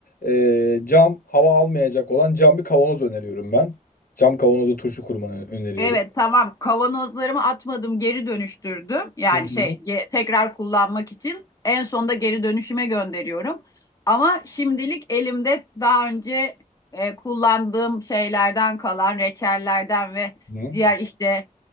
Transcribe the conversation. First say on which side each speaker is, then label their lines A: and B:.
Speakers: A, on the left (about 85°); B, on the left (about 25°).
A: e, cam hava almayacak olan cam bir kavanoz öneriyorum ben. Cam kavanozda turşu kurmanı öneriyorum.
B: Evet tamam kavanozlarımı atmadım geri dönüştürdüm. Yani
A: Hı hı.
B: şey ge- tekrar kullanmak için en sonda geri dönüşüme gönderiyorum. Ama şimdilik elimde daha önce e, kullandığım şeylerden kalan reçellerden ve
A: Hı.
B: diğer işte